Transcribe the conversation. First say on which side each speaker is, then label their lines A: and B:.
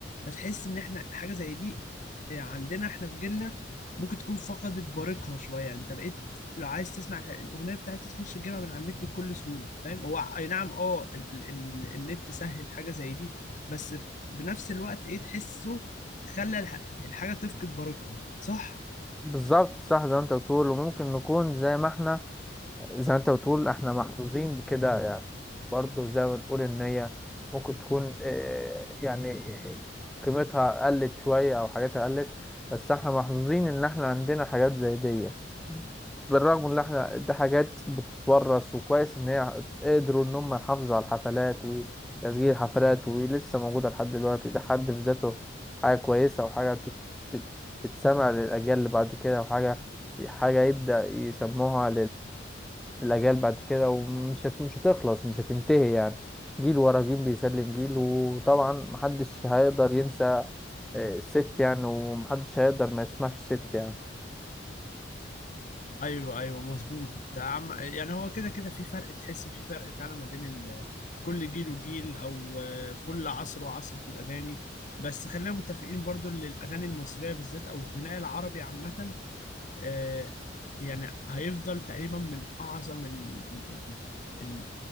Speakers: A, on the left; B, in the centre.
A: فتحس إن إحنا حاجة زي دي آه، عندنا إحنا في جيلنا ممكن تكون فقدت بريقها شوية يعني أنت بقيت لو عايز تسمع الح- الأغنية بتاعتها تخش تجيبها من على النت بكل سهولة فاهم هو أي نعم أه ال- ال- ال- النت سهل حاجة زي دي بس في- بنفس الوقت إيه تحسه خلى الح- الحاجة تفقد بريقها صح؟
B: بالظبط صح زي ما أنت بتقول وممكن نكون زي ما إحنا زي ما انت بتقول احنا محظوظين بكده يعني برضه زي ما بنقول ان هي ممكن تكون آه، يعني آه، قيمتها قلت شوية او حاجاتها قلت بس احنا محظوظين ان احنا عندنا حاجات زي دي بالرغم ان احنا دي حاجات بتتورث وكويس ان هي قدروا ان هم يحافظوا على الحفلات وتسجيل الحفلات ولسه موجودة لحد دلوقتي ده حد في ذاته حاجة كويسة وحاجة تت- تت- تتسمع للأجيال اللي بعد كده وحاجة حاجة يبدأ يسموها الأجيال بعد كده ومش هت... مش هتخلص مش هتنتهي يعني جيل ورا جيل بيسلم جيل وطبعا محدش هيقدر ينسى آه، الست يعني ومحدش هيقدر ما يسمعش الست يعني
A: ايوه ايوه مظبوط عم يعني هو كده كده في فرق تحس في فرق فعلا ما بين ال... كل جيل وجيل او آه، كل عصر وعصر في الاغاني بس خلينا متفقين برضو ان الاغاني المصريه بالذات او الغناء العربي عامه آه، يعني هيفضل تقريبا من اعظم ال... ال... ال...